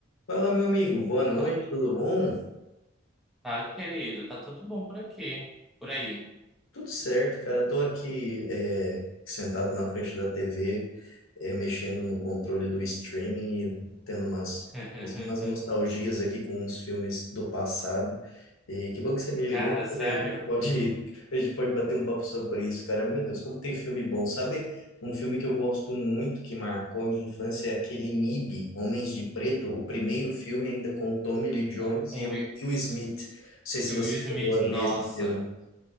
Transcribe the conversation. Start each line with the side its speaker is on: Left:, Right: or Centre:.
Left: Fala, meu amigo, boa noite,
Centre: Ah,
Left: tudo bom?
Centre: Fale, querido, tá tudo bom por aqui, por aí.
Left: Tudo certo, cara. Tô aqui é, sentado na frente da TV, é, mexendo no controle do streaming e tendo umas,
Centre: <laughs>
Left: umas, umas nostalgias aqui com uns filmes do passado. E que bom que você me
Centre: Cara,
Left: ligou, porque
Centre: sério,
Left: daí a gente pode, a gente pode bater um papo sobre isso, cara. Meu Deus, como tem filme bom. Sabe um filme que eu gosto muito, que marcou a minha infância, é aquele MIB, Homens de Preto, o primeiro filme ainda com o Tommy Lee Jones
Centre: o, com
Left: e
Centre: o
Left: o
Centre: Will
Left: Will Smith. Não sei se
Centre: e
Left: você
Centre: o Will
Left: chegou
Centre: Smith,
Left: a ver
Centre: nossa.
Left: esse filme.